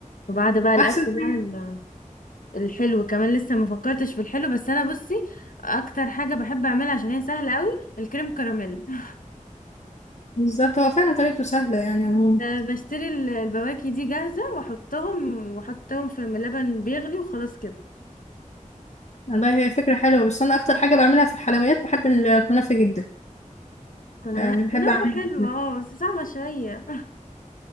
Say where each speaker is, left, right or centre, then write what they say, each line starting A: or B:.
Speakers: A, on the left; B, on the left.
A: وبعد بقى الاكل
B: احسن حاجه
A: بقى الحلو كمان لسه ما فكرتش في الحلو بس انا بصي اكتر حاجه بحب اعملها عشان هي سهله قوي الكريم كراميل <laughs>
B: بالظبط هو فعلا طريقته سهله يعني عموما
A: أنا بشتري ال- البواكي دي جاهزه واحطهم واحطهم في لبن بيغلي وخلاص كده
B: والله هي فكرة حلوة بس أنا أكتر حاجة بعملها في الحلويات بحب الكنافة جدا
A: كنا
B: يعني بحب
A: كنافه
B: أعملها
A: حلوه
B: جداً.
A: اه بس صعبه شويه